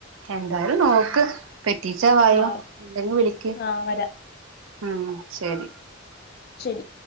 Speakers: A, on the right; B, on the left.
A: എന്തായാലും നോക്ക് പെറ്റീച്ച വായോ
B: ഉം ആഹ്
A: ണ്ടെങ്കിൽ വിളിയ്ക്ക്
B: ആഹ് വരാ
A: ഉം ശരി
B: ശരി